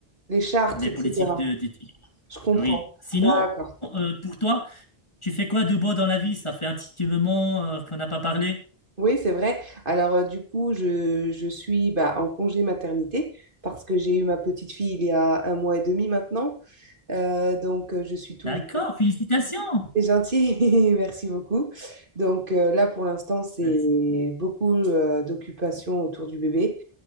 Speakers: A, on the right; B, on the left.
A: Les chartres,
B: les
A: etc.
B: politiques de d'éthique.
A: Je comprends.
B: Oui. Sinon,
A: D'accord.
B: euh, pour toi, tu fais quoi de beau dans la vie? Ça fait un petit moment euh, qu'on n'a pas parlé.
A: Oui, c'est vrai. Alors, euh, du coup, je, je suis bah, en congé maternité parce que j'ai eu ma petite fille il y a un mois et demi maintenant. Euh, donc, euh, je suis toujours...
B: D'accord, félicitations.
A: C'est gentil, <laughs> merci beaucoup. Donc, euh, là, pour l'instant, c'est
B: Merci.
A: beaucoup euh, d'occupations autour du bébé.